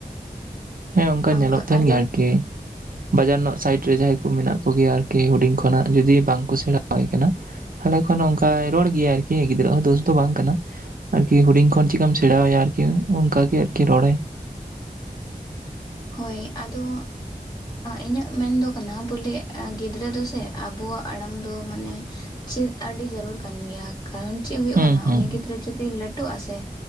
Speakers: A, on the right; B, on the left.
A: ᱦᱮᱸ ᱚᱝᱠᱟ
B: ᱚᱱᱠᱟ
A: ᱧᱮᱞᱚᱜ ᱛᱟᱦᱮᱸᱱ
B: ᱟᱹᱰᱤ
A: ᱟᱨᱠᱤ᱾
B: <inaudible>
A: ᱵᱟᱡᱟᱨ ᱨᱮᱱᱟᱜ ᱥᱟᱭᱤᱴ ᱨᱮ ᱡᱟᱦᱟᱸᱭ ᱠᱚ ᱢᱮᱱᱟᱜ ᱠᱚᱜᱮᱭᱟ ᱟᱨᱠᱤ ᱦᱩᱰᱤᱧ ᱠᱷᱚᱱᱟᱜ ᱡᱩᱫᱤ ᱵᱟᱝ ᱠᱚ ᱥᱮᱬᱟ ᱟᱭ ᱠᱟᱱᱟ, ᱟᱞᱮ ᱠᱷᱚᱱ ᱚᱱᱠᱟᱭ ᱨᱚᱲ ᱜᱮᱭᱟ ᱟᱨᱠᱤ ᱜᱤᱫᱽᱨᱟᱹ ᱦᱚᱸ ᱫᱳᱥ ᱫᱚ ᱵᱟᱝ ᱠᱟᱱᱟ᱾ ᱟᱨᱠᱤ ᱦᱩᱰᱤᱧ ᱠᱷᱚᱱ ᱪᱤᱠᱟᱢ ᱥᱮᱬᱟᱣᱟᱭᱟ ᱟᱨᱠᱤ ᱚᱱᱠᱟᱜ ᱜᱮ ᱟᱨᱠᱤ ᱨᱚᱲᱟᱭ᱾
B: ᱦᱳᱭ ᱟᱫᱚ ᱤᱧᱟᱹᱜ ᱢᱮᱱᱫᱚ ᱠᱟᱱᱟ ᱵᱚᱞᱮ ᱜᱤᱫᱽᱨᱟᱹ ᱫᱚᱥᱮ ᱟᱵᱚᱣᱟᱜ ᱟᱲᱟᱝ ᱫᱚ ᱢᱟᱱᱮ ᱪᱮᱫ ᱟᱹᱰᱤ ᱡᱟᱹᱨᱩᱲ ᱠᱟᱱ ᱜᱮᱭᱟ ᱠᱟᱨᱚᱱ ᱪᱮᱫ ᱦᱩᱭᱩᱜ
A: ᱦᱩᱸ
B: ᱠᱟᱱᱟ
A: ᱦᱩᱸ
B: ᱩᱱᱤ ᱜᱤᱫᱽᱨᱟᱹ ᱡᱩᱚᱫᱤ ᱞᱟᱹᱴᱩᱜ ᱟᱥᱮ